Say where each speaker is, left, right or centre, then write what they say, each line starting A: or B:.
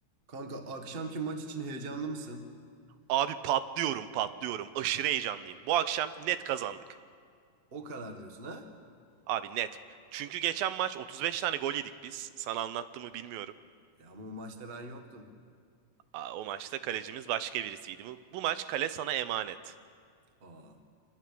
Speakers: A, on the right; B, on the right.
A: Kanka akşamki maç için heyecanlı mısın?
B: Abi patlıyorum patlıyorum. Aşırı heyecanlıyım. Bu akşam net kazandık.
A: O kadar diyorsun ha?
B: Abi net. Çünkü geçen maç 35 tane gol yedik biz. Sana anlattığımı bilmiyorum.
A: E ama o maçta ben yoktum.
B: Aa, o maçta kalecimiz başka birisiydi. Bu, bu maç kale sana emanet.
A: Aa,